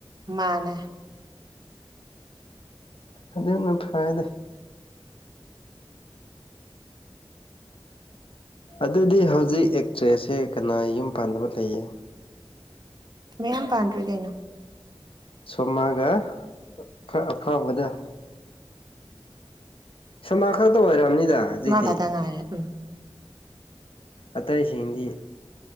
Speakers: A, on the right; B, on the left.
A: ꯃꯥꯅꯦ
B: ꯑꯗꯨꯅ ꯐꯥꯔꯦꯗ ꯑꯗꯨꯗꯤ ꯍꯧꯖꯤꯛ ꯑꯦꯛꯇ꯭ꯔꯦꯁꯁꯦ ꯀꯅꯥ ꯌꯨꯝ ꯄꯥꯟꯗꯕ ꯂꯩꯌꯦ
A: ꯃꯌꯥꯝ ꯄꯥꯟꯗ꯭ꯔꯤ ꯀꯩꯅꯣ
B: ꯁꯣꯃꯥꯒ ꯈꯔ ꯑꯐꯥꯎꯕꯗ ꯁꯣꯃꯥꯈꯛꯇ ꯑꯣꯏꯔꯝꯅꯤꯗ ꯍꯧꯖꯤꯛꯇꯤ
A: ꯃꯥ ꯈꯛꯇ ꯉꯥꯏꯔꯦ ꯎꯝ
B: ꯑꯇꯩꯁꯤꯡꯗꯤ